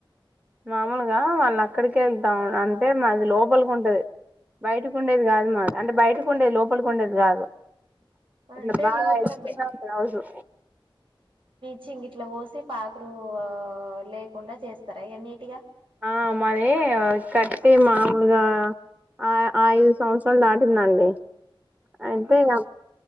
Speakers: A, on the right (about 15°); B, on the right (about 70°).
A: మాముూలుగా వాళ్ళు అక్కడికి వెళ్తాం అంటే మాది లోపలికి ఉంటేది బయటకు ఉండేది కాదు మాది అంటే బయటకు ఉండేది లోపలికి ఉండేది కాదు ఎట్ల
B: అంటే
A: బాగా
B: లోపలనే
A: ఇస్తున్నా ఉ రావుజు
B: చెంగ ఇట్ల పోసి పాక్రూ లేకుండా చేస్తారు అ నీటిగా
A: ఆ మరి కట్టి మామూలుగా ఆ ఐదు సంవత్సరాలు దాటిందండి అంతేగా